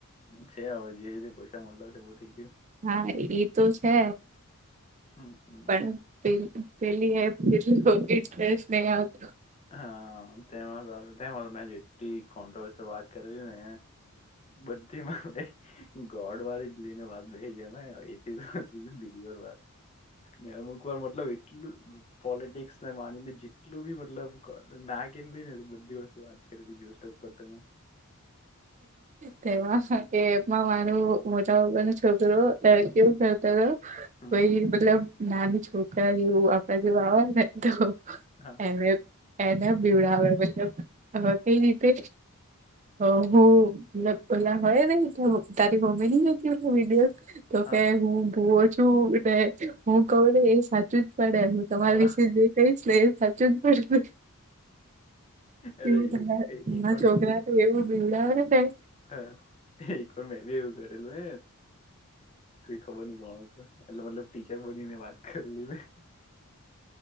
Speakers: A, on the left; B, on the right.
A: છે હવે જે રીતે પૈસા મળલા છે એ બુ થઇ ગયું
B: હા એ તો છે
A: હમ હમ
B: પણ પેું <unintelligible> આવું
A: હા તેમાં આજે એટલી કંટ્રોવેરસલ વાત કરી છે ને બધી <unintelligible> ગોડ વાળી લને વાત બેહી જ એથી બી ને અમુક વાર મતલબ એટલું પોલિટિક્સને માનીને જેટલું બી મતલબ ના કે લઈ ને બધી વસ્તુ વાત કરી સોક પર તમે
B: તેમાં એમાં મારું મોટાપાપા નો છોકરો <unintelligible> કરતો તો
A: હમ
B: કોઈ મતલબ નાની છોકરા જેવું આપણા જેવુંય ને તો
A: હા
B: એને એના બીવડાવે મતલબ કઈ રીતે હ હો ઓલા હય નહી તારી મમ્મી ન હતી કે વિડયો તો
A: હા
B: કે હું ભુવો છું ને હું કઉું ને એ સાચું જ પડે હું તમારી
A: હા
B: વિશે જે કઈશ એ સાચું જ પડે
A: અરે
B: <unintelligible>
A: એક વાર
B: છોકરા
A: મેં બી
B: ને તો એવું બિડાવે ને <unintelligible>
A: હા એક વાર મેં બી એવું કર્યું <unintelligible> ખબર ન કોણ હતું એટલે મતલબ ટીચર બનીને વાત કરી લ મે <inaudible>